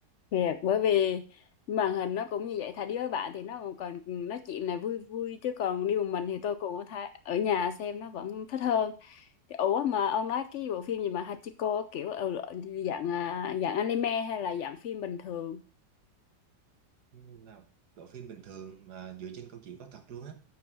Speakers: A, on the left (about 85°); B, on the right (about 65°).
A: Thiệt, bởi vì màn hình nó cũng như vậy thà đi với bạn thì nó còn còn nói chuyện này vui vui chứ còn đi một mình thì tôi cũng tha, ở nhà xem nó vẫn thích hơn thì ủa mà ông nói cái bộ phim gì mà Hachiko kiểu ừ, dạng à, dạng anime hay là dạng phim bình thường
B: Nhưng là bộ phim bình thường mà dựa trên câu chuyện có thật luôn á